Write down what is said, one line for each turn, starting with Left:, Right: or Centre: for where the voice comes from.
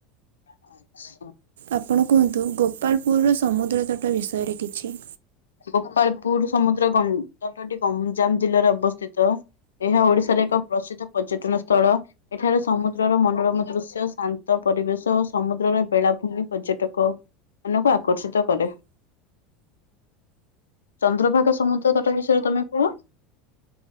Left: <unintelligible> <inaudible>
Right: ଆପଣ କୁହନ୍ତୁ ଗୋପାଳପୁରର ସମୁଦ୍ର ତଟ ବିଷୟରେ କିଛି।
Left: ଗୋପାଳପୁର ସମୁଦ୍ର ଗଣ୍ଡଟି ଗଞ୍ଜାମ ଜିଲ୍ଲାରେ ଅବସ୍ଥିତ। ଏହା ଓଡିଶାର ଏକ ପ୍ରସିଦ୍ଧ ପର୍ଯ୍ୟଟନ ସ୍ଥଳ। ଏଠାରେ ସମୁଦ୍ରର ମନୋରମ ଦୃଶ୍ୟ ଶାନ୍ତ ପରିବେଶ ଓ ସମୁଦ୍ରର ବେଳାଭୂମି ପର୍ଯ୍ୟଟକ। ମାନଙ୍କୁ ଆକର୍ଷିତ କରେ। ଚନ୍ଦ୍ରଭାଗ ସମୁଦ୍ର ତଟ ବିଷୟରେ ତମେ କୁହ।